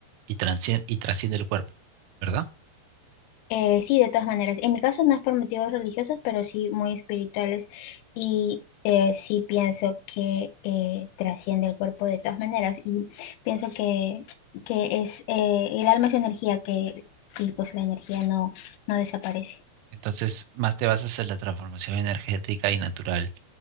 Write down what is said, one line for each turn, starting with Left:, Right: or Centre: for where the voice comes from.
Right: y transciende, y trasciende el cuerpo, ¿verdad?
Left: Eh, sí, de todas maneras. En mi caso no es por motivos religiosos, pero sí muy espirituales. Y eh, sí pienso que eh, trasciende el cuerpo de todas maneras. Y pienso que, que es eh, el alma es energía que, y pues la energía no, no desaparece.
Right: Entonces, más te vas a hacer la transformación energética y natural,